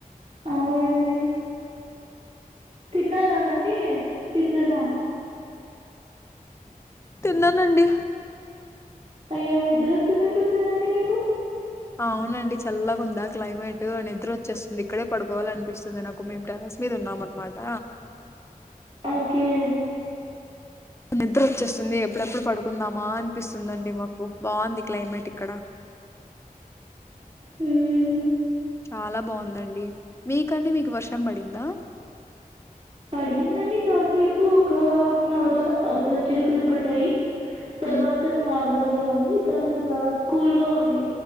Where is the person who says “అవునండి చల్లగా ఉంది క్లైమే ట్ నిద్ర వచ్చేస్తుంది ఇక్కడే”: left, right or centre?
Left